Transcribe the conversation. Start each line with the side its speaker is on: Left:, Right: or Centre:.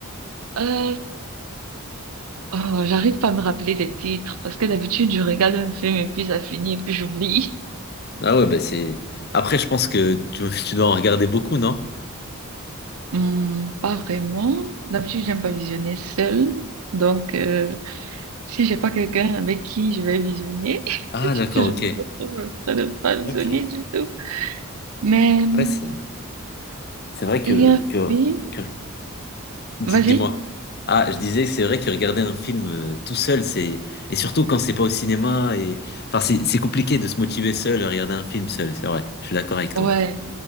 Right: Euh, Oh, j'arrive pas à me rappeler des titres parce que d'habitude je regarde un film et puis ça finit et puis j'oublie.
Left: Ah ouais, bah c'est... Après, je pense que tu, tu dois en regarder beaucoup, non?
Right: Hmm, pas vraiment. D'habitude j'aime pas visionner seule. Donc euh, si j'ai pas quelqu'un avec qui je vais visionner, <laughs>
Left: Ah, d'accord,
Right: je
Left: ok.
Right: me retrouve en train de pas visionner
Left: Ok.
Right: du tout. Mais hmm,
Left: Ouais, c'est c'est vrai que,
Right: il y a un
Left: que,
Right: film.
Left: que Dis,
Right: Vas-y.
Left: dis-moi. Ah, je disais que c'est vrai que regarder un film euh, tout seul, c'est et surtout quand c'est pas au cinéma et enfin c'est c'est compliqué de se motiver seul à regarder un film seul, c'est vrai. Je suis d'accord avec toi.
Right: Ouais,